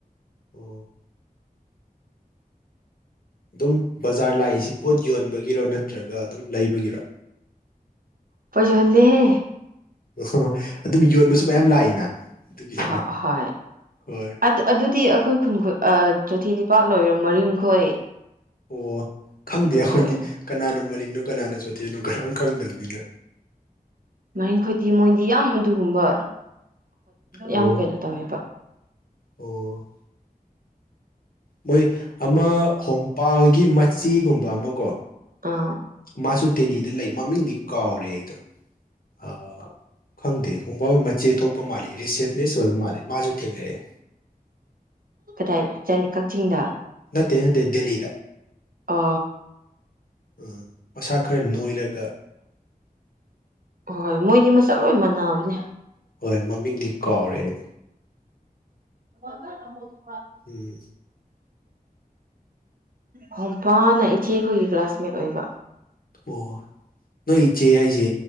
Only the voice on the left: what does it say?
ꯑꯣ ꯑꯗꯨꯝ ꯕꯖꯥꯔ ꯂꯥꯛꯏꯁꯤ ꯄꯣꯠ ꯌꯣꯟꯕꯒꯤꯔꯣ ꯅꯠꯇ꯭ꯔꯒ ꯑꯗꯨꯝ ꯂꯩꯕꯒꯤꯔꯣ
<unintelligible> ꯑꯗꯨꯝ ꯌꯣꯟꯕꯁꯨ ꯃꯌꯥꯝ ꯂꯥꯛꯏꯅ ꯑꯗꯨꯒꯤꯁꯤꯅ
ꯍꯣꯏ
ꯑꯣ ꯈꯪꯗꯦ
ꯑꯩꯈꯣꯏꯗꯤ ꯀꯅꯥꯅꯣ ꯃꯔꯤꯡꯅꯣ ꯀꯅꯥꯅ ꯆꯣꯊꯦꯅꯣ ꯀꯅꯥꯝ ꯈꯪꯗꯕꯅꯤꯅ
ꯑꯣ
ꯑꯣ ꯃꯣꯏ ꯑꯃ ꯍꯣꯡꯄꯥ ꯍꯣꯏꯒꯤ ꯃꯆꯤꯒꯨꯝꯕ ꯑꯃꯀꯣ
ꯃꯥꯁꯨ ꯗꯦꯜꯂꯤꯗ ꯂꯩ ꯃꯃꯤꯡꯗꯤ ꯀꯥꯎꯔꯦ ꯑꯩꯗꯣ ꯑꯥ ꯈꯪꯗꯦ ꯈꯣꯡꯕꯥ ꯃꯆꯦ ꯊꯣꯛꯄ ꯃꯥꯜꯂꯤ ꯔꯤꯁꯦꯞꯅꯤꯁ ꯑꯣꯏꯕ ꯃꯥꯜꯂꯦ ꯃꯥꯁꯨ ꯊꯦꯡꯅꯔꯛꯑꯦ
ꯗꯦ ꯅꯠꯇꯦ ꯗꯦꯂꯤꯗ
ꯎ ꯃꯁꯥ ꯈꯔ ꯅꯣꯏꯔꯒ
ꯍꯣꯏ ꯃꯃꯤꯡꯗꯤ ꯀꯥꯎꯔꯦ ꯑꯩ
ꯎꯝ
ꯑꯣ ꯅꯣꯏ ꯏꯆꯦ ꯍꯥꯏꯁꯦ